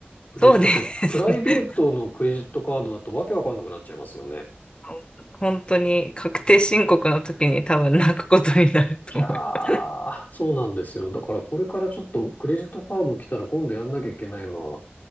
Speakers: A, on the left; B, on the left.
A: クレジ、
B: そうですね。
A: だってプライベートのクレジットカードだとわけわかんなくなっちゃいますよね。
B: <laughs> 本当に確定申告の時に多分泣くことになると思います。
A: じゃー、そうなんですよ。だからこれからちょっとクレジットカード来たら今度やんなきゃいけないのは、